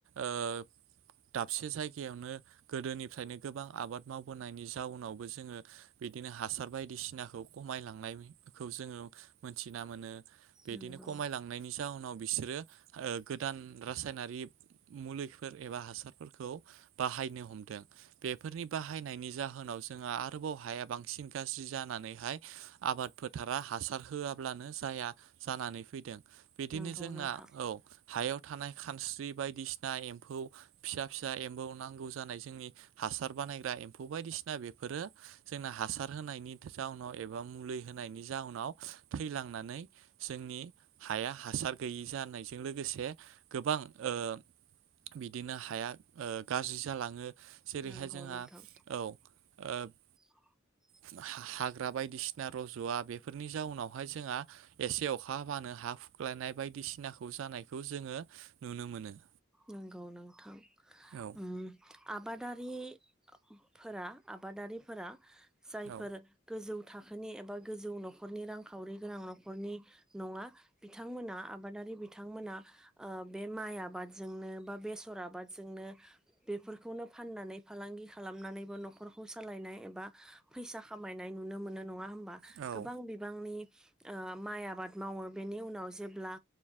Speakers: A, on the right; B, in the centre.
A: ओ दाबसे जायगायावनो गोदोनिफ्रायनो गोबां आबाद मावबोनायनि जाउनावबो जोंङो बिदिनो हासार बायदिसिनाखौ खमायलांनायखौ जोंङो मोनथिना मोनो। बिदिनो
B: नंगौ
A: खमायलां नि जााहोनाव बिसोरो ओ गोदान रासायनारि मुलिफोर एबा हासारफोरखौ बाहायनो हमदों बेफोरनि बाहायनायनि जाहोनाव जोंहा आरोबाव हाया बांसिन गाज्रि जानानैहाय आबाद फोथारा हासार होआब्लानो जाया जानानै फैदों। बिदिनो
B: नंगौ
A: जोंना
B: नोंथां
A: औ हायाव थानाय खानस्रि बायदिसिना एम्फौ फिसा फिसा एम्फौ नांगौ जानाय जोंनि हा हासार बानायग्रा एम्फौ बायदिसिना बेफोरो जोंना हासार होनायनि जाउनाव एबा मुलि होनाय नि जाउनाव थै लांनानै जोंनि हाया हासार गैयि जानायजों लोगोसे गोबां ओ बिदिनो हाया ओ गाज्रि जालांङो। जेरैहाय
B: नंगौ
A: जोंहा
B: नोंथां
A: औ ओब
B: <inaudible>
A: हा- हा हाग्रा बायदिसिना रज'वा बेफोरनि जाउनावहाय जोंहा एसे अखा हाबानो हा हुख्लायनाय बायदिसिनाखौ जानायखौ जोंङो नुनो मोनो।
B: नंगौ नोंथां
A: औ
B: उम आबादारि फोरा आबादारिफोरा जायफोर
A: औ
B: गोजौ थाखोनि एबा गोजौ न'खरनि रांखावरि गोनां न'खरनि नंङा। बिथांमोना आबादारि बिथांमोना ओ बे माइ आबाद जोंनो बा बेसर आबादजोंनो बेफोरखौनो फाननानै फालांगि खालामनानैबो न'खर खौ सालायनाय एबा फैसा खामायनाय नुनो मोनो नंङा होमबा?
A: औ
B: गोबां
A: औ
B: बिबांनि ओ माइ आबाद मावो बेनि उनाव जेब्ला